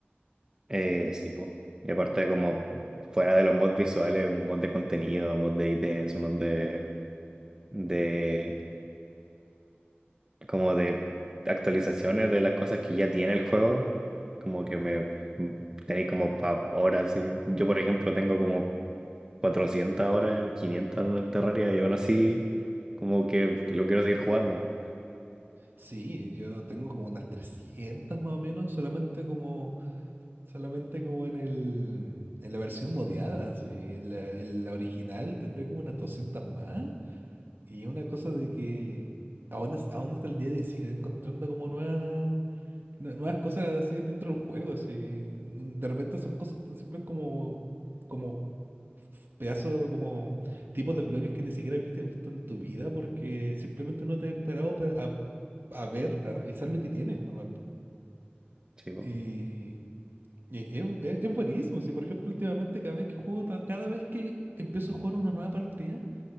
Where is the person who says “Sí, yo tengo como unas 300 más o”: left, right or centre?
Right